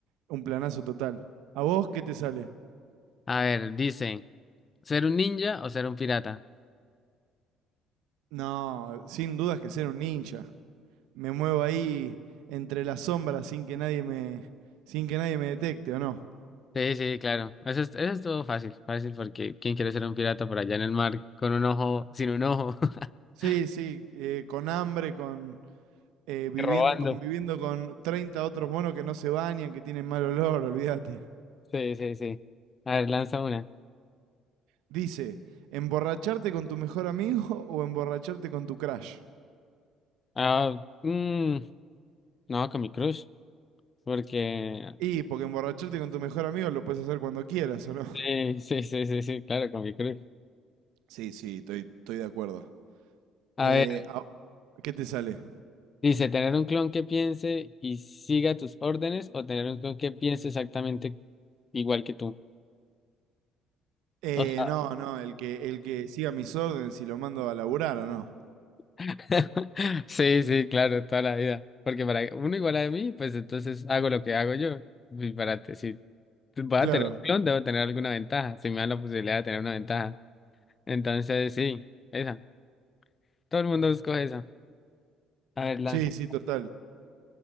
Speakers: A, on the right; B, on the left.
A: un planazo total. ¿A vos qué te sale?
B: A ver, dice, ¿ser un ninja o ser un pirata?
A: No, sin dudas que ser un ninja. Me muevo ahí entre las sombras sin que nadie me, sin que nadie me detecte, ¿o no?
B: Sí, sí, claro. Eso es, eso es todo fácil, fácil porque ¿quién quiere ser un pirata por allá en el mar con un ojo, sin un ojo? <laughs>
A: Sí, sí, eh, con hambre, con eh, viviendo,
B: Y Robando.
A: conviviendo con 30 otros monos que no se bañan, que tienen mal olor, olvídate.
B: Sí, sí, sí. A ver, lanza una.
A: Dice, ¿emborracharte con tu mejor amigo <laughs> o emborracharte con tu crush?
B: Ah, mm, no, con mi crush, porque...
A: Y porque emborracharte con tu mejor amigo lo puedes hacer cuando quieras, ¿o no? <laughs>
B: Sí, sí, sí, sí, sí, claro, con mi crush.
A: Sí, sí, estoy, estoy de acuerdo.
B: A
A: Eh,
B: ver.
A: ah, ¿Qué te sale?
B: Dice, tener un clon que piense y siga tus órdenes o tener un clon que piense exactamente igual que tú.
A: Eh,
B: O sea,
A: no, no, el que, el que siga mis órdenes y lo mando a laburar, ¿o no?
B: <laughs> Sí, sí, claro, toda la vida. Porque para uno igual a mí, pues entonces hago lo que hago yo. Y para te- si voy
A: Claro.
B: a tener un clon, debo tener alguna ventaja. Si me dan la posibilidad de tener una ventaja. Entonces, sí, esa. Todo el mundo escoge esa. A ver, lanza.
A: Sí, sí, total.